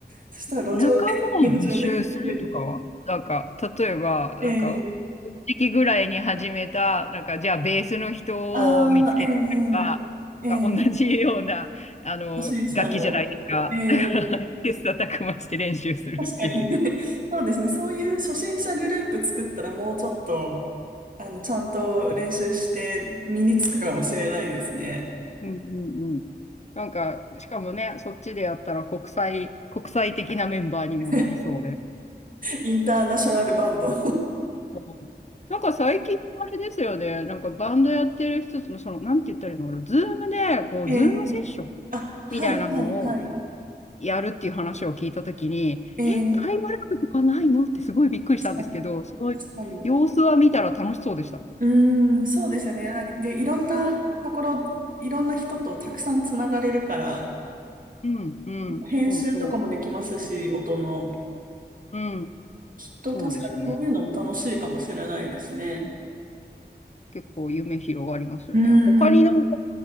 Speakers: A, on the right (about 50°); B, on the left (about 40°).
A: そしたら路上で、
B: 仲間を募集するとかはなんか、
A: <laughs> 路上で聞いて。
B: 例えば、なんか
A: ええ
B: 時期ぐらいに始めた、なんか、じゃあ、ベースの人を見つけてくれば、
A: ああー、ええええええ
B: なんか同じような、あの、
A: 初心者の、
B: 楽器じゃないですか。
A: ええ
B: だから、切磋琢磨して練習するっていう。
A: 確かに <laughs> そうですね。そういう初心者グループ作ったらもうちょっと、あの、ちゃんと練習して身につくかもしれないですね。
B: うんうんうん。なんか、しかもね、そっちでやったら国際、国際的なメンバーにもなりそうで。
A: <laughs> インターナショナルバンド
B: うんなんか最近あれですよね、なんかバンドやってる人の、その、なんて言ったらいいのかな、ズームで、
A: <laughs>
B: こう、
A: ええあ、
B: ズームセッション
A: はい、
B: みたいなのを
A: はい、はい。
B: やるっていう話を聞いたときに、
A: ええ
B: え、タイムラグとかないのってすごいびっくりしたんですけど、
A: 確かに、
B: その
A: 確かに。
B: 様子は見たら楽しそうでした。
A: うーん、そうですよね。なんかで、いろんなところ、いろんな人とたくさんつながれるから、
B: うん、うん、
A: 編集とかもできますし、
B: そうそ
A: 音の。
B: う。うん、
A: きっと確かにそういうのも楽しいかもしれないですね。
B: そうですよね。うん結構夢広がりますよね。
A: うー
B: 他になんか、
A: ん。